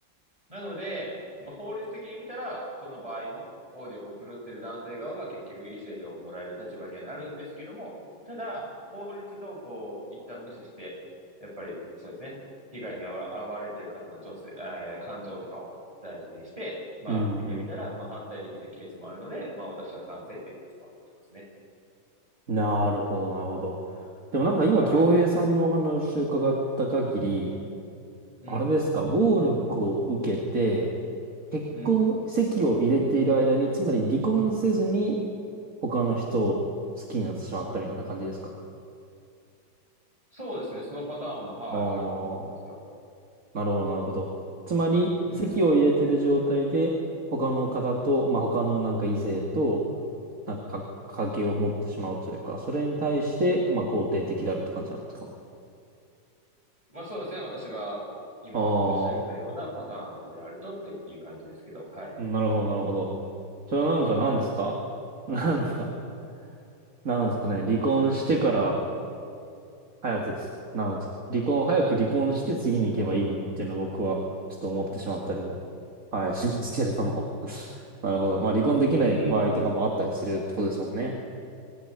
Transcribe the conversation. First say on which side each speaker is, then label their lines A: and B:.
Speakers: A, on the right (about 20°); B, on the right (about 45°).
A: なので、まあ、法律的に見たら、この場合も、暴力を振るってる男性側が結局、いい制度をもらえる立場にはなるんですけども、ただ、法律動向を一旦無視して、やっぱり、そうですね、被害に遭わわれている方の女性、えー感情とかを大事にして、まあ、
B: うんう
A: 見てみたら、まあ、反対できないケースもあるので、まあ、私は賛成っていう立場を取ってますね。
B: ん。なるほど、なるほど。でもなんか今、
A: はい。
B: 京平さんのお話を伺った限り、
A: うん。
B: あれですか、暴力を受けて、結婚、
A: うん。
B: 籍を入れている間に、つまり離婚せずに他の人を好きになってしまったみたいな感じですか
A: そうですね、そのパターンも、はい、
B: ああー、
A: あるとは思いますよ。
B: なるほど、なるほど。つまり、
A: うん。
B: 籍を入れてる状態で、他の方と、まあ、他のなんか異性と、なんか、関係を持ってしまうというか、それに対して、まあ、肯定的であるって感じなんですか
A: まあそうですね。私が今申し上げたようなパターンであるとっていう感じですけど。
B: ああ、
A: はい。
B: なるほど、なるほど。それはなんか何ですか
A: は
B: <laughs> なんか、なんですかね。離婚してから
A: い。うん。
B: 早くつ、なんですか。離婚、早く離婚して次に行けばいいのにっていうのは僕はちょっと思ってしまったりも、はい、<laughs> しますけれども。<laughs> なるほど。まあ離婚できない場合とかもあったりするってことですもんね。
A: うんうんうんうん。